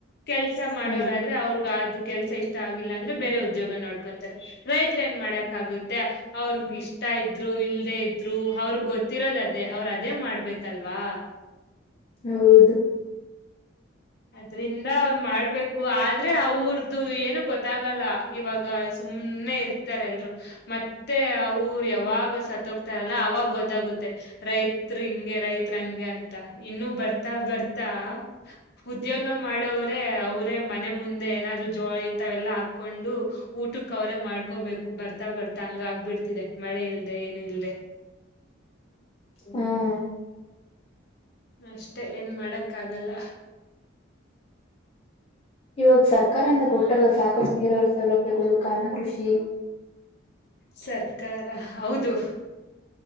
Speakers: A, on the left; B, on the left.
A: ಕೆಲ್ಸ ಮಾಡೋರ
B: ಹ್ಮ್
A: ಆದ್ರೆ ಅವ್ರಗ ಆದ ಕೆಲ್ಸ ಇಷ್ಟ ಆಗಿಲ್ಲ ಅಂದ್ರೆ ಬೇರೆ ಉದ್ಯೋಗ ನೋಡ್ಕೊಂತಾರೆ ರೈತ ಏನ್ ಮಾಡಕ್ ಆಗುತ್ತೆ ಅವ್ರಗ್ ಇಷ್ಟ ಊಟ ಇದ್ರು ಇಲ್ಲದೇ ಇದ್ರು ಅವ್ರಗ್ ಗೊತ್ತಿರೋದ ಅದೇ ಅವ್ರು ಅದೇ ಮಾಡ್ಬೇಕಲ್ವಾ.
B: ಹೌದು <inaudible>
A: ಅದ್ರಿಂದ ಅವ್ರು ಮಾಡ್ಬೇಕು ಆದ್ರೆ, ಅವ್ರದು ಏನು ಗೊತ್ತಾಗಲ್ಲ ಇವಾಗ ಸುಮ್ನೆ ಇರ್ತಾರೆ ಎಲ್ರು ಮತ್ತೆ ಅವರು ಯಾವಾಗ ಸ ಇರಲ್ಲ ಅವಾಗ ಗೊತ್ತಾಗುತ್ತೆ ರೈತ್ ಹಿಂಗೆ ರೈತ್ರ ಹಂಗೆ ಅಂತ ಇನ್ನೂ ಬರ್ತ ಬರ್ತ್ <inaudible> ಹಾ <inaudible> ಉದ್ಯೋಗ ಮಾಡೋವ್ರೇ ಅವರೇ ಮನೆ <unintelligible> ಮುಂದೆ ಏನಾದ್ರು ಜೋಯ ಇಂತವೆಲ್ಲ ಹಾ ಕೊಂಡು, ಊಟಕ್ಕೆ ಅವರೇ ಮಾಡ್ಕೋಬೇಕು ಬರ್ತಾ ಬರ್ತಾ ಹಂಗ ಆಗ್ಬಿಡ್ತಿದೆ ಮಳೆ ಇಲ್ದೆ ಏನು ಇಲ್ದೆ.
B: ಹ್ಮ <inaudible>
A: ಅಷ್ಟೇ ಏನ್ ಮಾಡಕ್ಕ ಆಗಲ್ಲ.
B: ಇವಾಗ ಸರ್ಕಾರ ಇಂದ ಕೊಟ್ಟಾರ ಸಾಕಷ್ಟು ನೀರಾವರಿ ಸೌಲಭ್ಯಗಳು ಕಾರಣ ಕೃಷಿ
A: ಸರ್ಕಾರ ಹೌದು.